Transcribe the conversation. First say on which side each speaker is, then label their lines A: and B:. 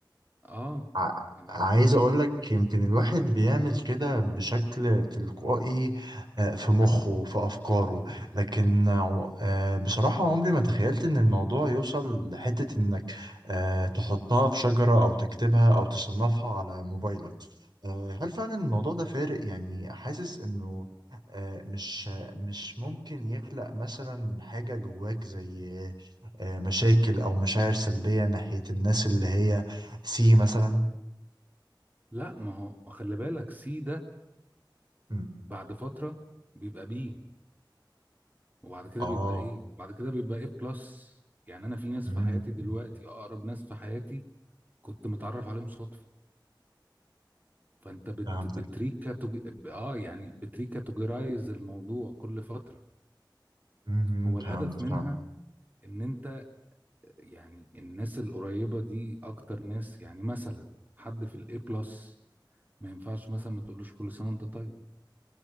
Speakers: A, on the right; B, on the right.
A: اه
B: ع...
A: على
B: عايز اقول لك يمكن الواحد بيعمل كده بشكل تلقائي آه، في مخه في افكاره لكن آه، بصراحة عمري ما تخيلت ان الموضوع يوصل لحتة انك آه، تحطها في شجرة او تكتبها او تصنفها على موبايلك آه، هل فعلا الموضوع ده فارق يعني حاسس انه آه، مش مش ممكن يخلق مثلا حاجة جواك زي آه، مشاكل او مشاعر سلبية ناحية الناس اللي هي سي مثلا
A: لا ما هو خلي بالك سي ده
B: مم.
A: بعد فترة بيبقى بي وبعد كده
B: اه
A: بيبقى ايه وبعد كده بيبقى ايه بلس يعني انا في ناس
B: مم.
A: في حياتي دلوقتي
B: مم.
A: اقرب ناس في حياتي كنت متعرف عليهم صدفة فانت بت
B: فهمتك
A: بتريكاتوج اه يعني بتريكاتوجرايز الموضوع كل فترة
B: مم.
A: هو الهدف
B: فهمت
A: منها
B: فهمت
A: ان انت يعني الناس القريبة دي اكتر ناس يعني مثلا حد في الاي بلس ما ينفعش مثلا ما تقولوش كل سنة وانت طيب